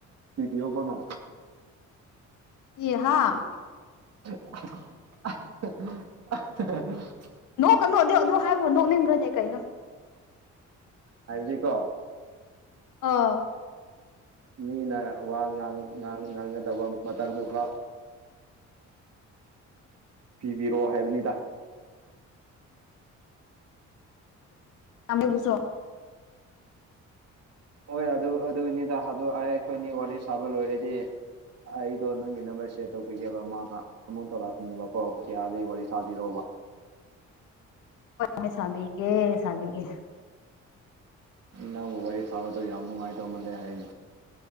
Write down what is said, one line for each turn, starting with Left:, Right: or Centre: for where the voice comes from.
Right: ꯁꯤꯔꯤꯌꯒꯅ
Left: ꯏꯍ
Right: <unintelligible>
Left: ꯅꯣꯛ ꯀꯅꯣ ꯑꯗꯨ ꯑꯗꯨ ꯍꯥꯏꯕ ꯅꯣꯛꯅꯤꯡꯕ꯭ꯔꯅꯦ ꯀꯩꯅꯣ
Right: ꯍꯥꯏꯕꯤꯖꯤ ꯀꯣ
Left: ꯑꯥ
Right: ꯃꯤꯅ ꯋꯥ ꯉꯥꯡꯥꯡ ꯉꯥꯡꯒꯗꯕ ꯃꯇꯝꯗꯨ ꯈ ꯄꯤꯕꯤꯔꯣꯑꯣ ꯍꯥꯏꯕꯅꯤꯗ
Left: ꯇꯝꯃꯦꯩꯕꯨꯁꯣ
Right: ꯍꯣꯏ ꯑꯗꯨ ꯑꯗꯨꯅꯤꯗ ꯍꯥꯗꯣꯛ ꯑꯩꯈꯣꯏꯅꯤ ꯋꯥꯔꯤ ꯁꯥꯕ ꯂꯣꯏꯔꯗꯤ ꯑꯩꯗꯣ ꯅꯪꯒꯤ ꯅꯝꯕꯔ ꯁꯦꯔ ꯇꯧꯒꯦꯕ ꯃꯥ ꯃꯥ ꯑꯃꯨ ꯇꯧ ꯂꯥꯛꯀꯅꯦꯕꯀꯣ ꯌꯥꯔꯦ ꯋꯥꯔꯤ ꯁꯥꯥꯕꯤꯔꯎꯕ
Left: ꯍ ꯁꯕꯤꯒꯦ ꯁꯕꯤꯒꯦ
Right: ꯅꯪꯕꯨ ꯋꯥꯔꯤ ꯐꯥꯕꯗꯣ ꯌꯥꯝ ꯅꯨꯡꯉꯥꯏꯇꯧꯃꯜꯂꯦ ꯍꯥꯏꯩꯅ